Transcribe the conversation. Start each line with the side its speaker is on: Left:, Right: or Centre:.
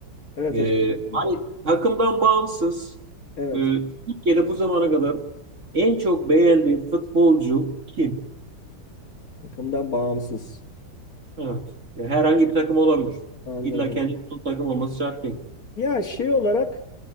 Left: evet
Right: Ee,
Left: hocam.
Right: hani takımdan bağımsız
Left: Evet,
Right: e, Türkiye'de bu zamana kadar en çok beğendiğin futbolcu kim?
Left: takımdan bağımsız.
Right: Evet. Ya herhangi bir takım olabilir.
Left: Anladım.
Right: İlla kendi tuttuğu takım olması şart değil.
Left: Ya şey olarak